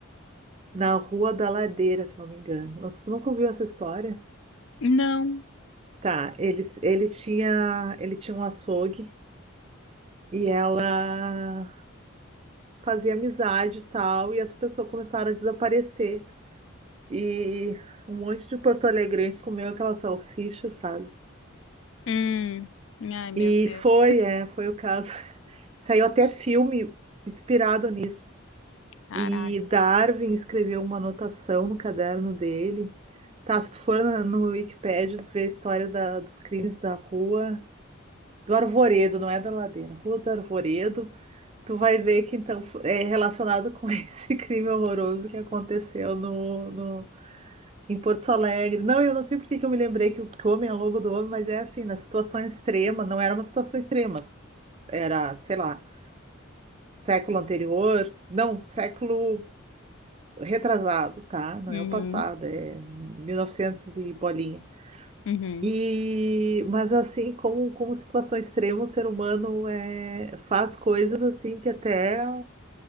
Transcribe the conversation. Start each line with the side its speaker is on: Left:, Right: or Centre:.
Right: na Rua da Ladeira, se não me engano. Nossa, tu nunca ouviu essa história?
Left: Não.
Right: Tá, eles, ele tinha, ele tinha um açougue e ela fazia amizade e tal, e as pessoas começaram a desaparecer. E um monte de porto-alegrenses comeu aquela salsicha, sabe?
Left: Hum. Ai, meu
Right: E
Left: Deus.
Right: foi, é, foi o caso. <laughs> Saiu até filme inspirado nisso.
Left: Caraca.
Right: E Darwin escreveu uma anotação no caderno dele. Tá, se tu for na- no Wikipedia, tu vê a história da- dos crimes da rua do Arvoredo, não é da ladeira, Rua do Arvoredo. Tu vai ver que então fo- é relacionado com <laughs> esse crime horroroso que aconteceu no, no- em Porto Alegre. Não, eu não sei por que que eu me lembrei que o que o homem é lobo do homem, mas é assim, na situação extrema, não era uma situação extrema, era, sei lá, século anterior, não, século retrasado, tá? Não
Left: Uhum.
Right: é o passado, é 1900 e novecentos e bolinha.
Left: Uhum.
Right: E, mas assim, como, como situação extrema, o ser humano é, faz coisas assim que até,